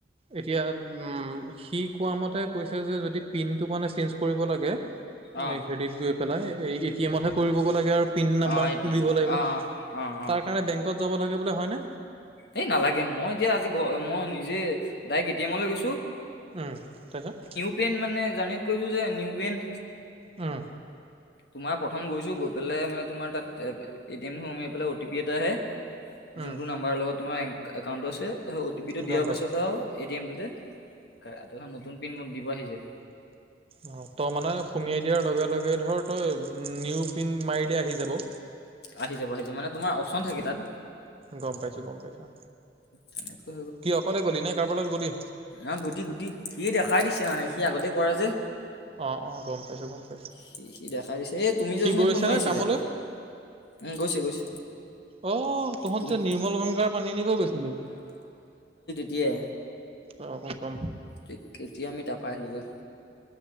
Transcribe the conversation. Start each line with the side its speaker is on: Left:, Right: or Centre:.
Right: এতিয়া উম সি কোৱা মতে কৈছে যে, যদি পিনটো মানে চেঞ্জ কৰিব লাগে।
Left: অ
Right: মেহেৰিত গৈ পেলাই এই এটি এমতহে কৰিবগৈ লাগে আৰু। পিন নাম্বাৰ
Left: অ এতিয়া
Right: দিব লাগিব,
Left: অ অ অ অ
Right: তাৰ কাৰণে বেংকত যাব লাগে বোলে হয়নে?
Left: এই নালাগে, মই এতিয়া আজি ঘ মই নিজে ডাইৰেক্ট এ টি এমৈ গৈছো।
Right: উম, তাৰ পিছত।
Left: পেন্ট মানে জানেট কৈছো যে নিউ পেণ্ট
Right: উমঁ।
Left: তোমাৰ প্ৰথম গৈছো গৈ পেলাই মানে তোমাৰ তাতে এটিএম খন মাৰি পেলাই অটি পি এটা আহে। যোনটো
Right: উম
Left: নাম্বাৰত লগত তোমাৰ একাউণ্টটো আছে অ' টি, পিটো দিয়াৰ
Right: গম পাইছোঁ।
Left: পাছত আৰু এ টি এম টুতে। কাৰ এখন নতুন প্ৰিন্ট মোক দিব আহিছে।
Right: অঁহ তই মানে সুমিয়াই দিয়াৰ লগে লগে ধৰ তই নিউ প্ৰিণ্ট মাৰিলে আহি যাব।
Left: আহি যাব আহি যাব মানে তোমাৰ অপচন থাকে তাত।
Right: গম পাইছোঁ, গম পাইছোঁ,
Left: তেনেকৈ
Right: কি অকলে গ'লি নে কাৰবাৰ লগত গ'লি?
Left: অ গুধি গুধি সি দেখাই দিছে মানে সি আগতে কৰে যে।
Right: অঁ, অঁ, গম পাইছোঁ গম পাইছোঁ।
Left: সি সি দেখাই দিছে, এ তুমি যে
Right: সি
Left: অথনি
Right: গৈছে
Left: ফোন মাৰিছিলা
Right: নে কামলৈ?
Left: উমঁ, গৈছে গৈছে।
Right: অঁহ তহঁত
Left: তুমি
Right: যে নিৰ্মল গংগাৰ পানী নিব গৈছিলি।
Left: কিয়ে।
Right: অঁ, অঁ, কম
Left: কে কেতিয়া আমি তাৰ পৰা আহিলোগৈ?